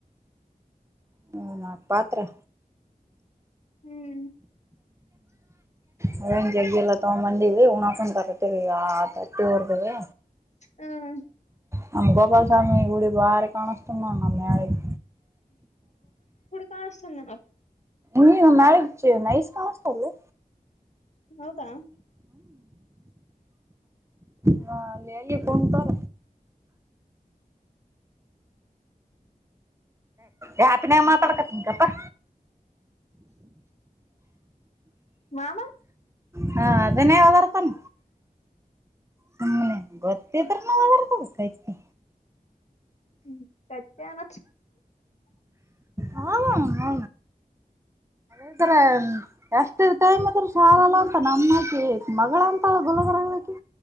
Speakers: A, on the right (about 20°); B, on the left (about 50°).
A: ಹ್ಮ ನಾಕ ಪಾತ್ರೆ
B: ಹ್ಮ್
A: ಹ್ಮನ್ ಜಗ್ಗೆ ಎಲ್ಲ ತಗ ಬಂದೀವಿ ಉಣಾಕಂತರಟ್ಟ ಈಗ ತಟ್ಟಿ ಹೊರ್ದವಿ
B: ಹ್ಮ್
A: ನಮ್ಮ ಗೋಪಾಲ ಸ್ವಾಮಿಯ ಗುಡಿ ಭಾರಿ ಕಾಣಸ್ ನ ನ ಮ್ಯಾಳಗಿ
B: ಕಾಣಸ ನಡ
A: ನಿಗ ಮ್ಯಾಳಗಿ ನೈಸ್ ಕಾಣಿಸುತ್ತದೆ ಬಿಡು
B: ಹೌದಾ
A: ನ ಅಲ್ಲಿ ಎಲ್ಲಿ ಕುಂತಾರ ಯಾಪ ನನ್ ಮಾತಾಡಕತನಗಪ್ಪಾ
B: ಮಾಮಾ
A: ಹಾ ಅದನ್ನೇ ಒದರ್ತಾನ ಸುಮ್ಮನೆ ಗೊತ್ತಿದ್ರ ನ ಹೊ ಕೈತಿ
B: ಹ್ಮ ಕತ್ಯಾನ
A: ಹ ಹ ಅದ್ರ ಎಷ್ಟ ಟೈಮ್ ಅದ್ರ ಶಾಲಲ್ಲ ಅಂತ ನಮ್ಮಕಿ ಮಗಳ ಅಂತ ಗುಲಬರ್ಕಿ